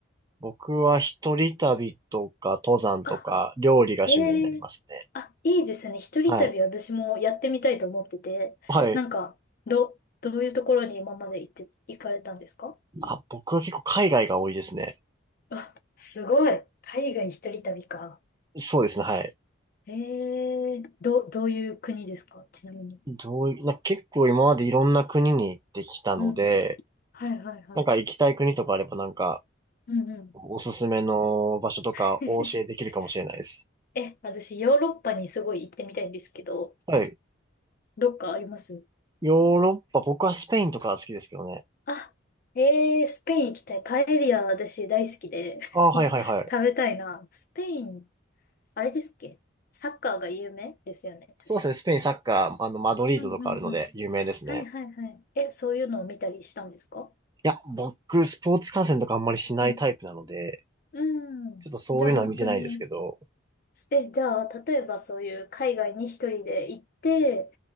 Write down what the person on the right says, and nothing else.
僕は一人旅とか登山とか料理が趣味になりますね。
はい。はい。
あ、僕は結構海外が多いですね。
そうですね。はい。
どういな、結構今までいろんな国に行ってきたので、
なんか行きたい国とかあればなんか
おすすめの場所とかお教えできるかもしれないです。
はい。
ヨーロッパ、僕はスペインとか好きですけどね。
ああ、はいはいはい。
そうですね。
スペインサッカー、あの、マドリードとかあるので有名ですね。
いや、僕、スポーツ観戦とかあんまりしないタイプなので、
ちょっとそういうのは見てないですけど、